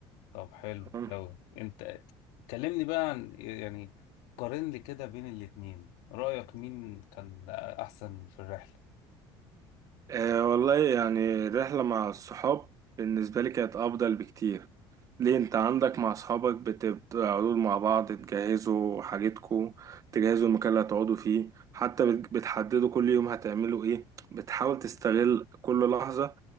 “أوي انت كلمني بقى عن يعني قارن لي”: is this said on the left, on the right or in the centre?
Left